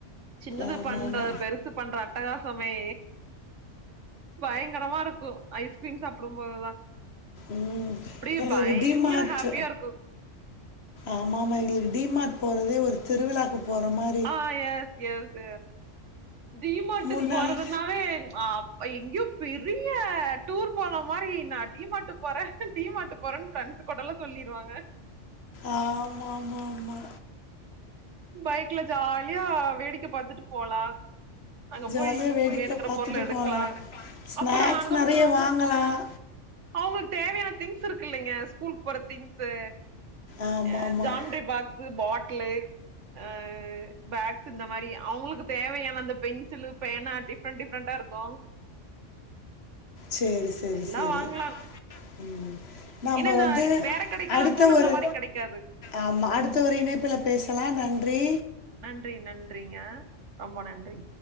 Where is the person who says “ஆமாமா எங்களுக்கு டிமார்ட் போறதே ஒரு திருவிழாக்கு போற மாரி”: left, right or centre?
Left